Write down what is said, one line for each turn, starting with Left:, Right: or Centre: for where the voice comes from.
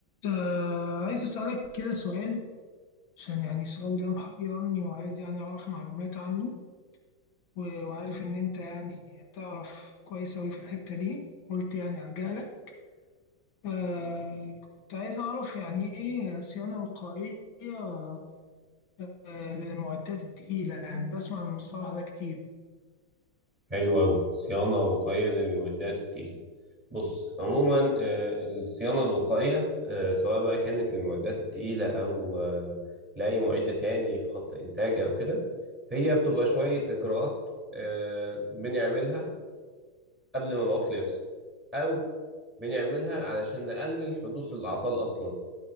Left: آه عايز أسألك كده سؤال عشان يعني السؤال ده محيرني وعايز يعني أعرف معلومات عنه و- وعارف إن أنت يعني تعرف كويس أوي في الحتة دي قلت يعني ألجأ لك آه كنت عايز أعرف يعني إيه صيانة وقائية آه للمعدات التقيلة يعني بسمع المصطلح ده كتير
Centre: حلو أوي صيانة وقائية للمعدات التقيلة بص عموما آه، الصيانة الوقائية آه، سواء بقى كانت للمعدات التقيلة أو آه، لأي معدة تاني في خط إنتاج أو كده هي بتبقى شوية إجراءات آه، بنعملها قبل ما العطل يحصل أو بنعملها علشان نقلل حدوث الأعطال أصلا